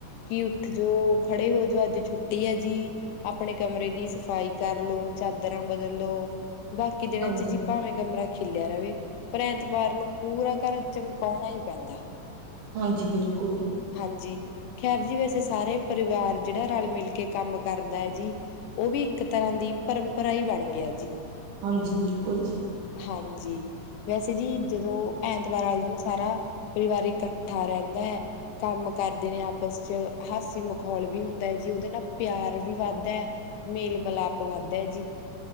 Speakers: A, on the left; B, on the right.
A: ਕੀ ਉੱਠ ਜੋ, ਖੜੇ ਹੋ ਜੋ ਅੱਜ ਛੁੱਟੀ ਆ ਜੀ ਆਪਣੇ ਕਮਰੇ ਦੀ ਸਫ਼ਾਈ ਕਰ ਲੋ, ਚਾਦਰਾਂ ਬਦਲ ਲੋ ਬਾਕੀ ਦਿਨਾਂ
B: ਹਾਂਜੀ
A: ਚ ਜੀ ਭਾਵੇਂ ਕਮਰਾ ਖਿਲੇਆ ਰਵੇ, ਪਰ ਐਤਵਾਰ ਨੂੰ ਪੂਰਾ ਘਰ ਚਮਕਾਉਣਾ ਹੀ ਪੈਂਦਾ
B: ਹਾਂਜੀ ਬਿਲਕੁਲ
A: ਹਾਂਜੀ ਖੈਰ ਜੀ ਵੈਸੇ ਸਾਰੇ ਪਰਿਵਾਰ ਜਿਹੜਾ ਰਲ ਮਿਲ ਕੇ ਕੰਮ ਕਰਦਾ ਹੈ ਜੀ ਉਹ ਵੀ ਇੱਕ ਤਰ੍ਹਾਂ ਦੀ ਪਰੰਪਰਾ ਹੀ ਬਣ ਗਈ ਐ ਜੀ
B: ਹਾਂਜੀ ਬਿਲਕੁਲ ਜੀ
A: ਹਾਂਜੀ ਵੈਸੇ ਜੀ ਜਦੋਂ ਐਤਵਾਰ ਵਾਲੇ ਦਿਨ ਸਾਰਾ ਪਰਿਵਾਰ ਇਕੱਠਾ ਰਹਿੰਦਾ ਹੈ ਕੰਮ ਕਰਦੇ ਨੇ ਆਪਸ ਚ ਹਾਸੀ ਮਖੌਲ ਵੀ ਹੁੰਦਾ ਹੈ ਜੀ, ਉਹਦੇ ਨਾਲ ਪਿਆਰ ਵੀ ਵੱਧਦਾ ਹੈ ਮੇਲ ਮਿਲਾਪ ਵੱਧਦਾ ਜੀ,